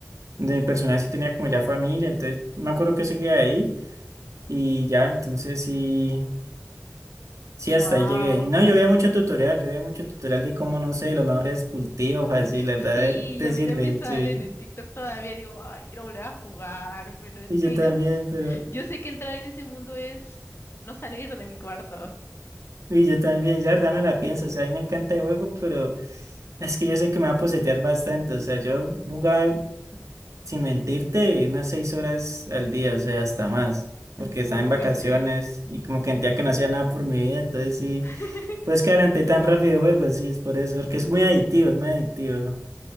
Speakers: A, on the right; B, on the left.
A: de mi personaje sí tenía como ya familia, entonces me acuerdo que seguía ahí y ya, entonces sí, sí,
B: Wow.
A: hasta ahí llegué. Y no, yo veía mucho tutorial, yo veía mucho tutorial de cómo, no sé, los mejores cultivos, así, la
B: Sí,
A: verdad, eh, te
B: y a
A: sirven,
B: mí también me salen
A: sí.
B: en TikTok todavía, digo, ay, quiero volver a jugar, pero es
A: Y
B: que
A: yo también,
B: yo, s-
A: pero...
B: yo sé que entrar en ese mundo es no salir de mi cuarto.
A: Y yo también, ya la verdad me la pienso, o sea, a mí me encanta el juego, pero es que yo sé que me va a posetear bastante, o sea, yo jugaba, sin mentirte, unas seis horas al día, o sea, hasta más, porque
B: Uy,
A: estaba en vacaciones
B: sí.
A: y como que sentía que no hacía nada por mi vida, entonces sí,
B: <laughs>
A: pues que adelanté tan rápido el juego, sí, es por eso, porque es muy adictivo, es muy adictivo.